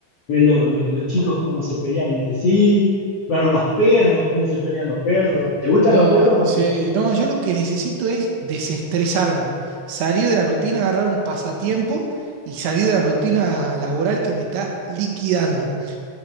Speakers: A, on the left; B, on the right.
A: ver lo- lo- los chicos cómo se pelean entre sí, ver los perros, cómo se pelean los perros. ¿Te gustan
B: Oh,
A: los perros o
B: sí.
A: no?
B: No, yo lo que necesito es desestresarme, salir de la rutina, agarrar un pasatiempo y salir de la rutina laboral que me está liquidando.